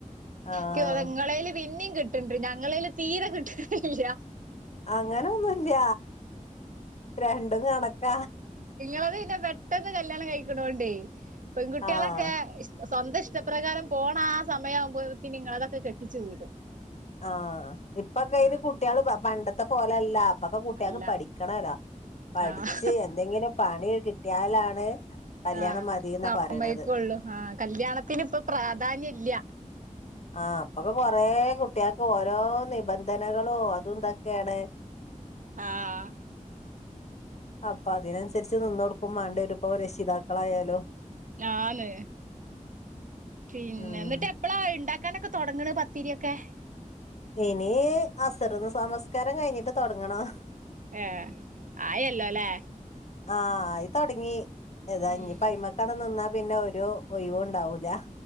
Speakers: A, on the left (about 55°); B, on the right (about 70°).
A: ആഹ്
B: ക്ക്തോന്ന ഇങ്ങള്ൽ പിന്നിം കിട്ടണ്ട് ഞങ്ങളല് തീരെ കിട്ടില്ല
A: അങ്ങനെൊന്നുമല്ല രണ്ടും കണക്കാ
B: ത് പിന്നെ പെട്ടെന്ന് കല്യാണം കഴിക്കണോണ്ട് എ പെൺകുട്ടികളൊക്കെ
A: ആഹ്
B: സ്വന്തം ഇഷ്ട പ്രകാരം. പോണ ആ സമയമാവുമ്പോഴ നിങ്ങളതൊക്കെ കെട്ടിച്ചു വിടും
A: ആഹ ഇപ്പൊക്കെന്
B: ആഹ്
A: കുട്ടികള് പണ്ടത്തെ പോലെല്ല അപ്പൊക്കെ കുട്ടികക്ക്
B: അല്ല
A: പഠിക്കണല്ലോ പഠിച്ച്
B: ആഹ്
A: എന്തെങ്കിലും പണി കിട്ടിയാലാണ് കല്യാണം
B: ആഹ
A: മതീന്നാ
B: സമ്മയിക്കുള്ളു
A: പറയണത്
B: ആഹ കല്യാണത്തിന് ഇപ്പൊ പ്രാധാന്യം ഇല്ല
A: ആ അപ്പൊക്കെ കൊറെ കുട്ടികൾക്ക് ഓരോ നിബന്ധനകൾ ളും അതുംന്തൊക്കെയാണ്
B: ആഹ്
A: അപ്പൊ അതിനനുസരിച്ച് നിന്ന് കൊടുക്കും വേണ്ടി വരുപ്പം രക്ഷിതാക്കളായാലും
B: ആന്ന് പിന്നെ
A: ഉം
B: എന്നിട്ട് എപ്പഴാ ഉണ്ടാക്ക ക്കനൊക്കെ തുടങ്ങണ് പത്തിരിയ ഒക്കെ
A: ഇനി അസർന്ന് നിമസ്കാരം കഴിഞ്ഞിട്ട് തുടങ്ങണം
B: ഏ ആയല്ലോ അല്ലേ
A: ആയി തുടങ്ങി താ
B: ഉം
A: ഇപ്പോ ഐമക്കണ നിന്നാ പിന്നെ ഒരു ഒഴിവ് ഉണ്ടാവൂല